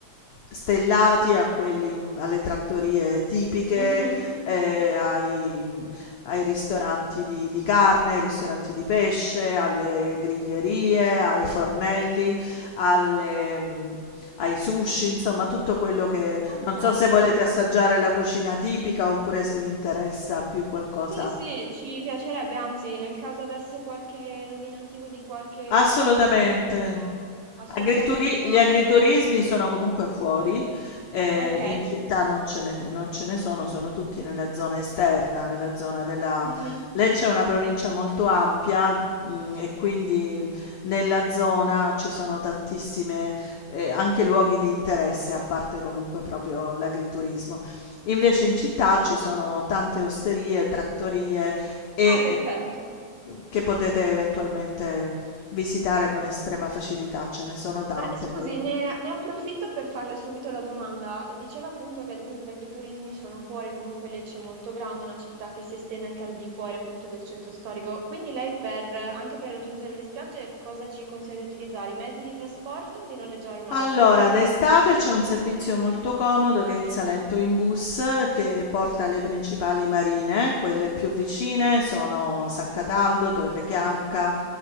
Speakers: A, on the left; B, on the right.
A: stellati a quelli mm, alle trattorie tipiche,
B: Mhm.
A: eh, ai, ai ristoranti di, di carne, ai ristoranti di pesce, alle griglierie, ai fornelli alle, mhmm, ai sushi, insomma tutto quello che
B: Ok,
A: non so se volete
B: molto
A: assaggiare
B: bene.
A: la cucina tipica oppure se vi interessa più qualcosa
B: Sì, sì, ci piacerebbe, anzi, nel caso avesse qualche nominativo di qualche,
A: Assolutamente.
B: non so, agriturismo, assolutamente
A: Agrituri
B: lo
A: gli agriturismi
B: accetterei.
A: sono comunque fuori, ehm,
B: Ok.
A: in città non ce ne non ce ne sono, sono tutti nella zona esterna, nella zona della
B: Mhm.
A: Lecce è una provincia molto ampia, mhmm, e quindi nella zona ci sono tantissime, ehm, anche luoghi di interesse, a parte comunque proprio l'agriturismo. Invece in città ci sono tante osterie, trattorie e,
B: Ah, perfetto.
A: ehm, che potete eventualmente Visitare con estrema facilità, ce ne sono tante
B: Eh, scusi,
A: quelle.
B: ne, ne approfitto per farle subito la domanda. Diceva appunto che ad esempio gli agriturismi sono fuori, comunque Lecce è molto grande, è una città che si estende anche al di fuori appunto del centro storico. Quindi lei per, anche per raggiungere le spiagge cosa ci consiglia di utilizzare? I mezzi di trasporto o di noleggiare un'auto?
A: Allora, d'estate c'è un servizio molto comodo che è il Salento in bus che porta alle principali marine, quelle più vicine sono San Cataldo, Torre Chianca,